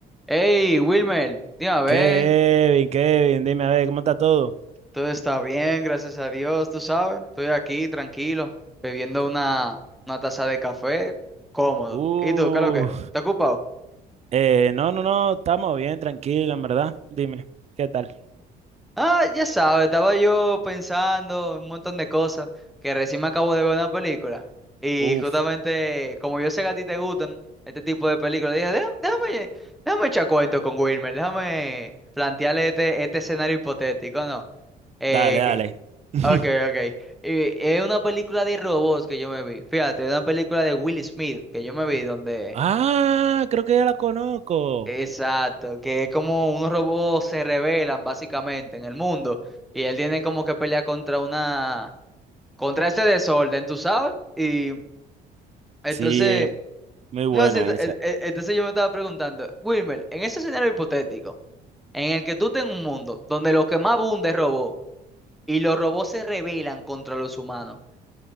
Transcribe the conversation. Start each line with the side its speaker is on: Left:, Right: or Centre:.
Centre: Hey, Wilmer, dime a ver,
Right: Kevin, Kevin, dime a ver, ¿cómo está todo?
Centre: todo está bien, gracias a Dios, tú sabes, estoy aquí tranquilo, bebiendo
Right: ¿Qué?
Centre: una, una taza de café, cómodo.
Right: Uh,
Centre: ¿Y tú, qué es lo que? es? ¿Estás ocupado?
Right: eh, no, no, no, estamos bien, tranquilo, en verdad. Dime, ¿qué tal?
Centre: Ah, ya sabes, estaba yo pensando en un montón de cosas, que recién me acabo de ver una película, y
Right: Uf,
Centre: justamente, como yo sé que a ti te gustan este tipo de películas, dije, "Déjame, déjame, déjame echar cuento con Wilmer, déjame plantearle este, este escenario hipotético, ¿no? Eh,
Right: dale, dale. <laughs>
Centre: Ok, ok. Eh, es una película de robots que yo me vi. Fíjate, es una película de Will Smith que yo me vi donde...
Right: Ah, creo que ya la conozco.
Centre: Exacto, que es como unos robots se rebelan básicamente en el mundo y él tiene como que pelear contra una... contra ese desorden, ¿tú sabes? Y entonces...
Right: Sí, eh, muy buena
Centre: No, sí, e-
Right: esa.
Centre: e- entonces yo me estaba preguntando, Wilmer, en ese escenario hipotético, en el que tú tengas un mundo donde lo que más abunda es robot y los robots se rebelan contra los humanos.